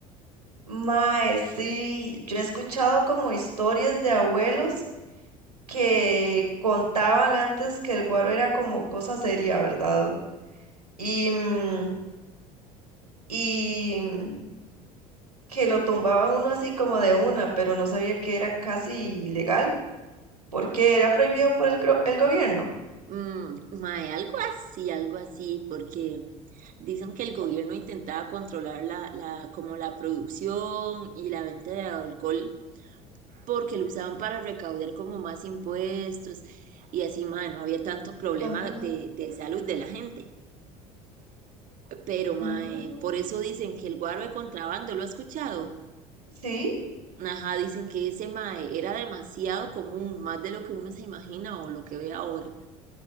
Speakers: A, on the right; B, on the right.
A: Mae, sí, yo he escuchado como historias de abuelos que contaban antes que el guaro era como cosa seria, ¿verdad? Y, mm, y mm, que lo tumbaban uno así como de una, pero no sabía que era casi ilegal porque era prohibido por el, gro- el gobierno.
B: Mm, mae, algo así, algo así, porque dicen que el gobierno intentaba controlar la, la, como la producción y la venta de alcohol porque lo usaban para recaudar como más impuestos y así, mae, no había tanto problema
A: Ajá,
B: de, de salud de la gente. Pero, mae,
A: ajá.
B: por eso dicen que el guaro de contrabando, ¿lo ha escuchado?
A: Sí.
B: Ajá, dicen que ese mae era demasiado común, más de lo que uno se imagina o lo que ve ahora.